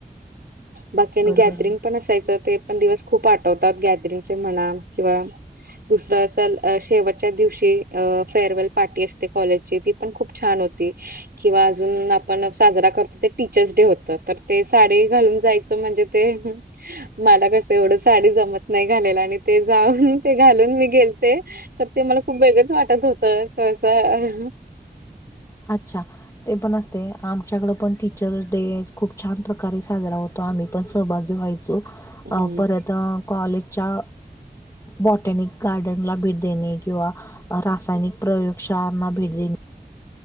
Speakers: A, on the right; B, on the left.
A: बाकी आणि
B: बरोबर
A: गॅदरिंग पण असायचं ते पण दिवस खूप आठव तात गॅदरिंगचे म्हणा किंवा दुसरं अस अ शेवटच्या दिवशी फेअरवेल पार्टी असते कॉलेजची ती पण खूप छान होती. किंवा अजून आपण साजरा करतो ते टीचर्स डे होत तर ते साडे घालून जायचं म्हणजे ते मला कस एवढं साडी जमत नाही घालायला आणि ते जाऊन ते घालून मी गेल ते तर ते मला खूप वेगळंच वाटत होतं कसं
B: अच्छा! ते पण असतय आमच्याकड पण टीचर्स डे खूप छान प्रकारे साजरा होतो आम्ही पण सहभागी व्हायच चो
A: हम्म
B: परत तर कॉलेजच्या बॉटनिक गार्डनला भेट देणे किंवा रासायनिक प्रयोगशाळांना भेट देणे